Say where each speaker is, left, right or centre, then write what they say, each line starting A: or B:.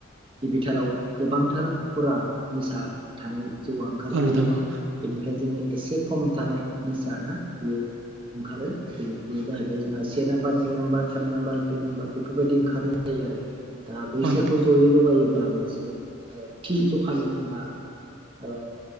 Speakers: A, on the right; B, on the right.
A: गिबिथाराव गोबांथार खरा निसा थानाय जौआ ओंखारग्रोयो
B: औ नोंथां औ नोंथां औ
A: बेनिफ्राय ओमफ्राय जोंनि एसे खम थानाय निस ना बियो ओंखारो दिनै बेनो जाहैबाय जोंहा से नाम्बार नै नाम्बार थाम नाम्बार ब्रै नाम्बार बेफोरबायदि ओंखारनाय जायो आरो। दा बैसोरखौ
B: औ नोंथां औ नोंथां औ नोंथां औ
A: जयै लगायोब्ला मोनसे थि जखानि जोंहा ओ